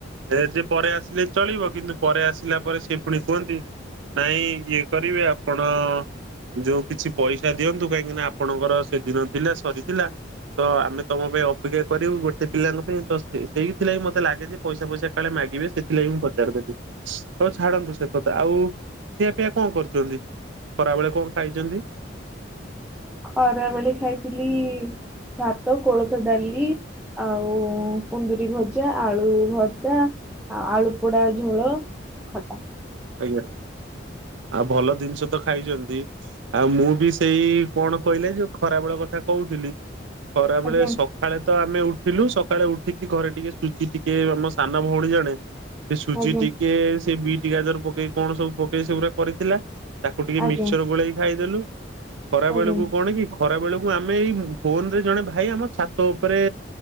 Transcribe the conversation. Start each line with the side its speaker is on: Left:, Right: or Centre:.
Right: ଏ ଯେ ପରେ ଆସିଲେ ଚଳିବ କିନ୍ତୁ ପରେ ଆସିଲା ପରେ ସେ ପୁଣି କୁହନ୍ତି ନାଇଁ ଇଏ। କରିବେ ଆପଣ। ଯୋଉଁ କିଛି ପଇସା ଦିଅନ୍ତୁ କାହିଁକିନା ଆପଣଙ୍କର ସେଦିନ ଥିଲା ସରିଥିଲା। ତ ଆମେ ତମ ପାଇଁ ଅପେକ୍ଷା କରିବୁ ଗୋଟେ ପିଲାଙ୍କ ପାଇଁ ତ ସେଇଥିଲାଗି ମତେ ଲାଗେ ଯେ। ପଇସା ଫଇସା କାଳେ ମାଗିବେ ସେଥିଲାଗି ମୁଁ ପଚାରିଦେଲି ହଉ ଛାଡନ୍ତୁ ସେ କଥା ଆଉ। ଖିଆ ପିଆ କଣ କରିଛନ୍ତି ଖରା ବେଳେ କଣ ଖାଇଛନ୍ତି।
Centre: ଖରାବେଳେ ଖାଇଥିଲି ଭାତ କୋଳଥ ଡାଲି। ଆଉ କୁନ୍ଦୁରି ଭଜା ଆଳୁ ଭତ୍ତା। ଆଉ ଆଳୁ ପୋଡା ଝୋଳ ଖଟା।
Right: ଆଜ୍ଞା ଆଉ ଭଲ ଜିନିଷ ତ ଖାଇଛନ୍ତି ଆଉ ମୁଁ ବି ସେଇ କଣ କହିଲେ ଯୋଉ ଖରାବେଳେ କଥା କହୁଥିଲି ଖରାବେଳେ
Centre: ଆଜ୍ଞା
Right: ସ ସକାଳେ ତ ଆମେ ଉଠିଲୁ ସକାଳେ ଉଠିକି ଘରେ ଟିକେ ସୁଜି ଟିକେ ଆମ ସାନ ଭଉଣୀ ଜଣେ ସେ ସୁଜି
Centre: ଆଜ୍ଞା
Right: ଟିକେ ସେ ବିଟ ଗାଜର ପକେଇ କଣ ସବୁ ପକେଇ ସେଗୁରା କରିଥିଲା। ତାକୁ ଟିକେ
Centre: ଆଜ୍ଞା
Right: ମିିଚ୍ଚର୍ ଗୋଳେଇକି ଖାଇଦେଲୁ। ଖରା
Centre: ଆଜ୍ଞା
Right: ବେଳକୁ କଣ କି ଖରା ବେଳକୁ ଆମେ ଏଇ ଫୋନ ରେ ଜଣେ ଭାଇ ଆମ ଛାତ ଉପରେ